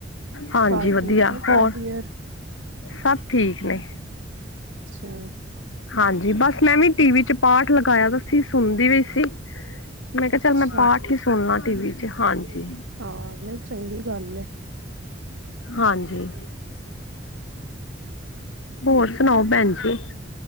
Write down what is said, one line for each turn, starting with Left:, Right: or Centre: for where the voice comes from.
Left: ਹਾਂਜੀ
Right: ਘਰ
Left: ਵਧੀਆ
Right: ਠੀਕ ਨੇ ਪਾਜੀ
Left: ਹੋਰ
Right: ਹਰ?
Left: ਸਭ ਠੀਕ ਨੇ।
Right: ਅੱਛਾ।
Left: ਹਾਂਜੀ ਬਸ ਮੈਂ ਵੀ ਟੀ ਵੀ ਚ ਪਾਠ ਲਗਾਇਆ ਦਾ ਸੀ ਸੁਣਦੀ ਪੀ ਸੀ। ਮੈਂ ਕਿਹਾ
Right: ਅੱਛਾ
Left: ਚੱਲ ਮੈਂ ਪਾਠ ਹੀ ਸੁਨ ਲਾ ਟੀਵੀ ਚ ਹਾਂਜੀ।
Right: ਹਾਂ ਨਈ ਚੰਗੀ ਗੱਲ ਐ।
Left: ਹਾਂਜੀ। ਹੋਰ ਸੁਣਾਓ ਭੈਣ ਜੀ